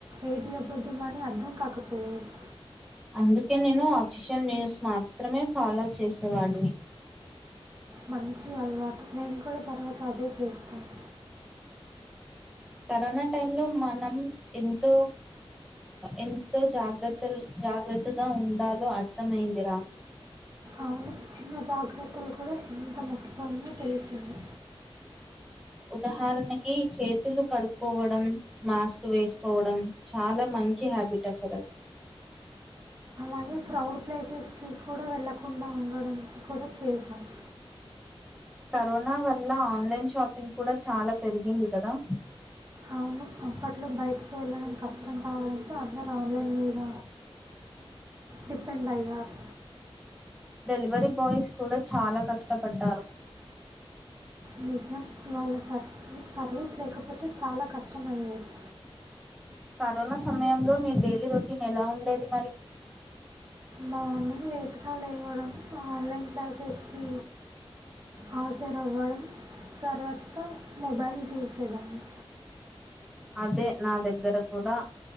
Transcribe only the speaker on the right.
ఏది అబద్ధం అని అర్థం కాకపోయది
మంచి అలవాటు నేను కూడా తర్వాత అదే చేస్తాను
అవును చిన్న జాగ్రత్తలు కూడా ఎంత ముఖ్యమో తెలిసింది
అదే క్రౌడ్ ప్లేసెస్కి కూడా వెళ్ళకుండా ఉండడం కూడా చేశాను
అవును అప్పట్లో బయటకి వెళ్ళడం కష్టం కావాడంతో అందరు ఆన్లైన్ మీద డిపెండ్ అయ్యారు
నిజం వాళ్ళ సర్స్ సర్వీస్ లేకపోతే చాలా కష్టమయ్యేది
మార్నింగ్ లేట్గా లేవడం ఆన్లైన్ క్లాసెస్కి హాజర్ అవ్వడం తర్వాత మొబైల్ చూసేదాన్ని